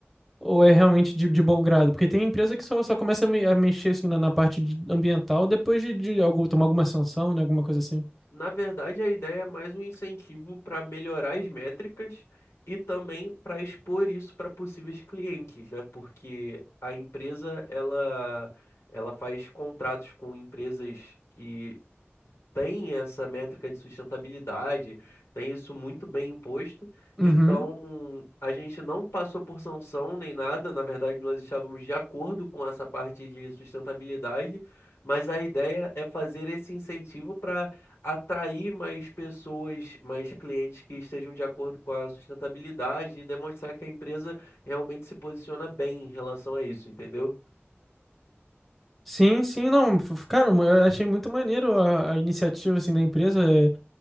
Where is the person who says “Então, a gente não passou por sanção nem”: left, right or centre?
Left